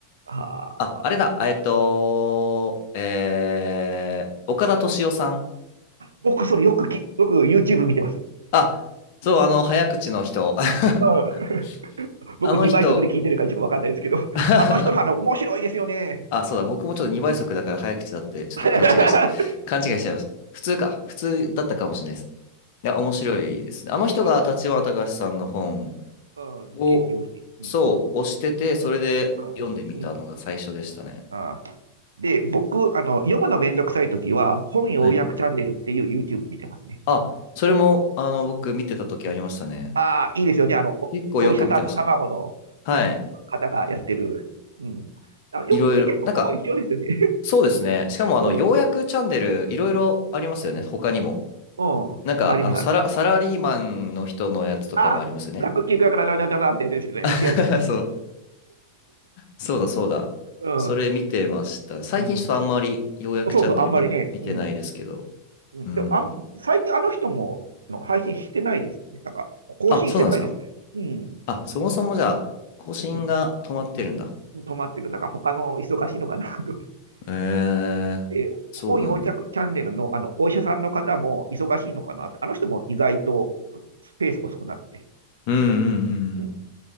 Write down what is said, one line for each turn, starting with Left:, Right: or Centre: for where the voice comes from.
Right: はあ。
Left: あ、あれだ、えっと、えー、岡田敏夫さん。
Right: 僕、それよくき、よく YouTube 見てます。
Left: あ、そう、あの、早口の人。<laughs>
Right: うん。<laughs> 僕、
Left: あの人、
Right: 2倍速で聞いてるからちょっとわかんないですけど、
Left: <laughs>
Right: あの人の話面白いですよね。
Left: あ、そうだ、僕もちょっと2倍速だから早口だって、ちょっと勘違いし、
Right: <laughs>
Left: 勘違いしちゃいました。普通か、普通だったかもしれないです。いや、面白いですね。あの人が立花隆さんの本
Right: 面白いです。うん。
Left: を、
Right: 激推し。うん。
Left: そう、押してて、それで読んでみたのが最初でしたね。
Right: うん。うん。ああ。で、僕、あの、読むのめんどくさいときは、本要約チャンネルっていう
Left: はい。
Right: YouTube 見てますね。
Left: あ、それも、あの、僕見てた時ありましたね。
Right: ああ、いいですよね。あの、お、
Left: 結構よく見てました。
Right: お医者さんと卵の
Left: はい。
Right: 方がやってる。うん。あの、よく見てるとこも一緒ですよね。
Left: いろいろ。なんか、そうですね。しかも、あの、
Right: <laughs> うん。
Left: ようやくチャンネル、いろいろありますよね。
Right: うん。
Left: 他にも。
Right: うん。
Left: なんか、
Right: あります、
Left: あの、サラ、
Right: あります。
Left: サラリーマンの人のやつとかもありますよね。
Right: ああ、ブラック企業からなんだかなってやつですよね。
Left: <laughs>
Right: 違いますね。
Left: そう。そうだ、そうだ。
Right: <laughs>
Left: それ見てました。最近ちょっとあんまり、
Right: うん。うん。
Left: ようやくチャンネル見、
Right: そうそう、あんまりね。
Left: 見てないですけど。
Right: うん。うん。
Left: うん。
Right: でも、あん、最近あの人も、の配信してないですね。なんか、更新してないですね。
Left: あ、そうなんですか。
Right: うん。
Left: あ、そもそもじゃあ、更新が止まってるんだ。
Right: うん。うん、止まってる。なんか他の忙しいのかなと思って。
Left: えー、
Right: <laughs> で本4着チャンネルの、
Left: そうなんだ。
Right: あのお医者さんの方も忙しいのかなって、あの人も意外とスペース遅くなって、
Left: うんうんうんうん。
Right: うん